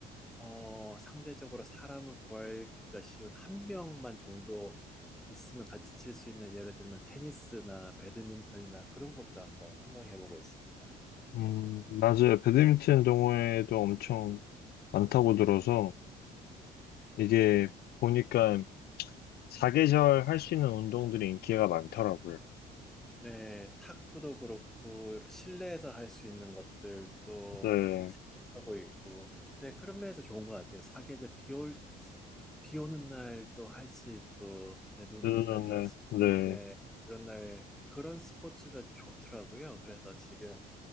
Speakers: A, in the centre; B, on the left.
A: 어, 상대적으로 사람을 구하기가 쉬운 한 명만 정도 있으면 같이 칠 수 있는 예를 들면 테니스나 배드민턴이나 그런 것도 한번 생각해 보고 있습니다.
B: 음, 맞아요. 배드민턴 동호회도 엄청 많다고 들어서 이게 보니까 사계절 할 수 있는 운동들이 인기가 많더라고요.
A: 네, 탁구도 그렇고 실내에서 할 수 있는 것들도
B: 네,
A: 생각하고 있고, 네, 그런 면에서 좋은 것 같아요. 사계절 비 올, 비 오는 날 또 할 수 있고, 네, 눈
B: 네,
A: 오는
B: 네,
A: 날도 할 수 있고,
B: 네.
A: 네, 그런 날 그런 스포츠가 좋더라고요. 그래서 지금